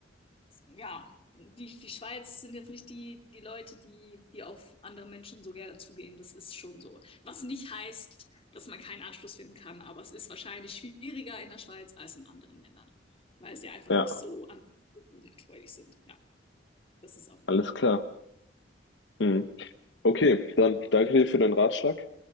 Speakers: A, on the left; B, on the left.
A: ja, die, die Schweiz sind jetzt nicht die, die Leute, die, die auf andere Menschen so gerne zugehen. Das ist schon so. Was nicht heißt, dass man keinen Anschluss finden kann, aber es ist wahrscheinlich schwieriger in der Schweiz als in anderen Ländern, weil sie einfach
B: Ja,
A: nicht so an- so kontaktfreudig sind. Ja, das ist auch eine
B: alles klar. Mhm. Okay, dann danke dir für den Ratschlag